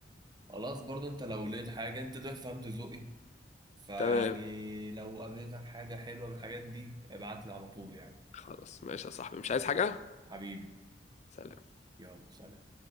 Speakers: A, on the right; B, on the left.
A: خلاص برضه انت لو لقيت حاجة انت دلوقتي فهمت ذوقي فيعني
B: تمام
A: لو قابلتك حاجة حلوة من الحاجات دي ابعت لي على طول يعني
B: خلاص ماشي يا صاحبي مش عايز حاجة
A: حبيبي
B: سلام
A: يلا سلام